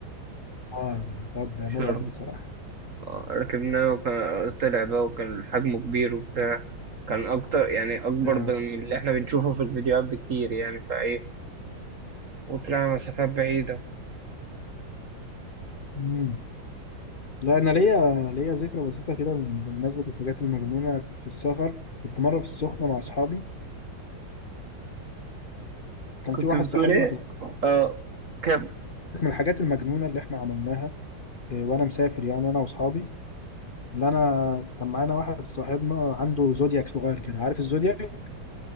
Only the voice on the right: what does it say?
في
شرم
آه، ركبناه وكان طلع بقى وكان حجمه كبير وبتاع كان اكتر يعني اكبر
من اللي احنا بنشوفه في الفيديوهات بكتير يعني فايه وطلعنا مسافات بعيدة
كنت
بتقول
ايه
اه كم